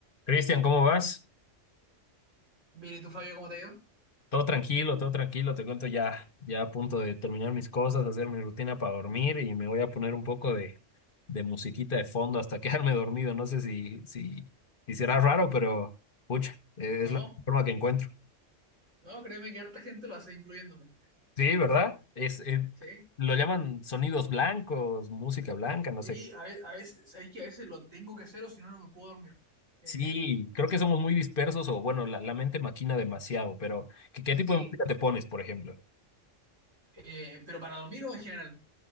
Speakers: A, on the left; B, on the right.
A: Cristian, ¿cómo vas?
B: Bien, ¿y tú, Fabio, cómo te ha ido?
A: Todo tranquilo, todo tranquilo, te cuento ya, ya a punto de terminar mis cosas, hacer mi rutina para dormir y me voy a poner un poco de, de musiquita de fondo hasta <laughs> quedarme dormido. No sé si, si, si será raro, pero pucha, eh,
B: No,
A: es la forma que encuentro.
B: no, créeme que harta gente lo hace, incluyéndome.
A: Sí, ¿verdad? Es, eh,
B: Sí,
A: lo llaman sonidos blancos, música blanca, no
B: sí,
A: sé.
B: a veces, a veces, sabéis que a veces lo tengo que hacer o si no, no me puedo dormir. Eh,
A: Sí, creo que somos muy dispersos o bueno, la, la mente maquina demasiado, pero ¿qué, qué
B: sí,
A: tipo de música te pones, por ejemplo?
B: eh, pero para dormir o en general.